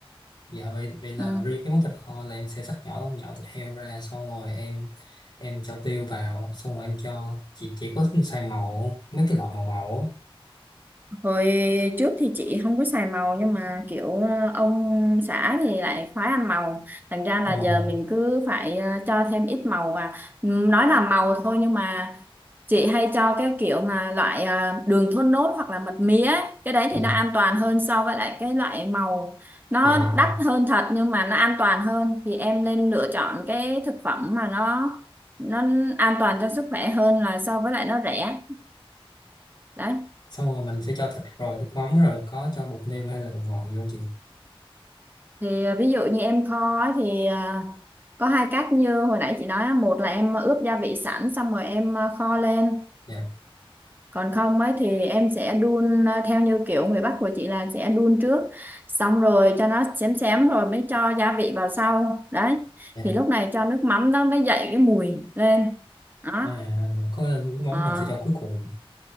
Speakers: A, on the left; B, on the right.
A: Dạ, vậy vậy là
B: ừ.
A: riêng cái món thịt kho là em sẽ cắt nhỏ nhỏ thịt heo ra xong rồi em em cho tiêu vào xong rồi em cho chỉ chỉ có xay màu mấy cái loại màu màu á.
B: Hồi trước thì chị không có xài màu nhưng mà kiểu ờ, ông xã thì lại khoái ăn màu. Thành ra
A: Ờ
B: là giờ mình cứ phải ờ, cho thêm ít màu vào. Ừm, Nói là màu thôi nhưng mà chị hay cho cái kiểu mà loại ờ, đường thốt nốt hoặc là mật mía. ấy. Cái đấy
A: dạ
B: thì nó an toàn hơn so với lại cái loại màu nó
A: dạ dạ
B: đắt
A: dạ
B: hơn thật nhưng mà nó an toàn hơn. Thì em nên lựa chọn cái thực phẩm mà nó nó an toàn cho sức khỏe hơn là so với lại nó rẻ. Đấy
A: xong rồi mình sẽ cho thịt rồi nước mắm rồi có cho bột nêm hay là bột ngọt gì không chị
B: thì à, ví dụ như em kho ấy thì à, có hai cách như hồi nãy chị nói á, một là em ướp gia vị sẵn xong rồi em à, kho lên
A: dạ
B: còn không ấy thì em sẽ đun à, theo như kiểu người Bắc của chị là sẽ đun trước xong rồi cho nó xém xém rồi mới cho gia vị vào sau đấy
A: dạ
B: thì lúc này cho nước mắm nó mới dậy cái mùi lên đó
A: à, có nghĩa là nước mắm
B: Ờ.
A: mình sẽ cho cuối cùng